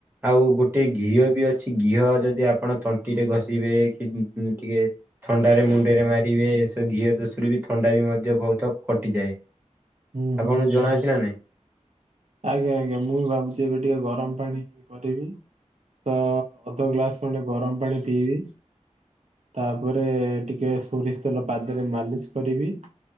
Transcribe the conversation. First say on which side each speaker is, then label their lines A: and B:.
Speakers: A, on the right; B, on the right.
A: ଆଉ ଗୋଟେ ଘିଅ ବି ଅଛି ଘିଅ, ଯଦି ଆପଣ ତଣ୍ଟିରେ ଘଷିବେ କି ଟିକେ ଥଣ୍ଡାରେ ମୁଣ୍ଡରେ ମାରିବେ, ଏସବୁ ଘିଅ ଦୋଶରୁ ବି ଥଣ୍ଡା ବି ମଧ୍ୟ ବହୁତ କଟିଯାଏ।
B: ହୁଁ
A: ଆପଣଙ୍କୁ
B: ହୁଁ
A: ଜଣା
B: ହୁଁ
A: ଅଛି ନା ନାଇଁ?
B: ଆଜ୍ଞା ଆଜ୍ଞା ମୁଁ ବି ଭାବୁଛି ଏବେ ଟିକେ ଗରମ ପାଣି କରିବି। ତ ଅଧ ଗ୍ଲାସ ଖଣ୍ଡେ ଗରମ ପାଣି ପିଇବି। ତାପରେ ଟିକେ ସୋରିଷ ତେଲ ପାଦରେ ମାଲିସ କରିବି।